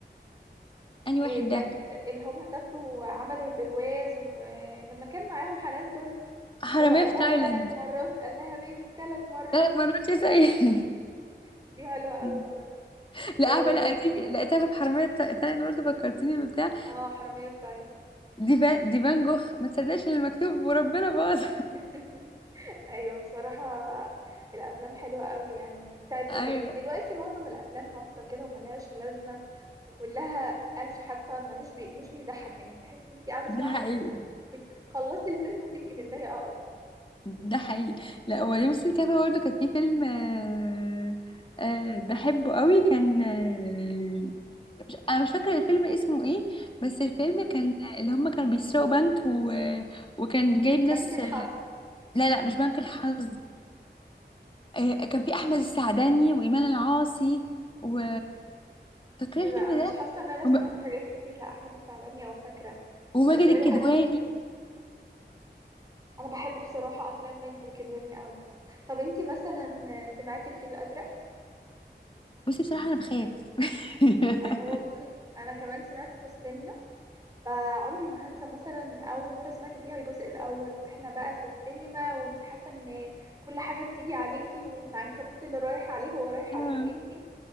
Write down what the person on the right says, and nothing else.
إيه
كان بت... اللي هم سافروا وعملوا البرواز ولما كان معاهم حنان ترك
اللي هو قال
لها
ثلاث مرات قال لها بيبي ثلاث مرات
دي حلوة قوي
برضه
إيه...
اه حرامية في تايلاند
<laughs> ايوه بصراحة الافلام حلوة قوي يعني بتاعت
زمان دلوقتي معظم الافلام هابطة كده وملهاش لازمة وكلها قالش حتى مش بي... مش بيضحك يعني تحس ان انت قاعدة
ساعة
ونص بتخلصي الفيلم وتبقي متضايقة اكتر
مم.
بنك الحظ
لا
مش
حاسة ان انا
سمعت حاجات كتير لأحمد السعداني او فاكرة
فاكرة
له حاجات كتير انا بحب بصراحة افلام ماجد الكدواني قوي طب انتي مثلا سمعتي الفيل الازرق
أي- هو مخيف انا كمان سمعته في السينما فعمري ما هنسى مثلا اول مرة سمعت فيها الجزء الاول واحنا بقى في السينما وانتي حاسة ان كل حاجة بتيجي عليكي والعنكبوت اللي رايح عليه هو رايح
عليكي انتي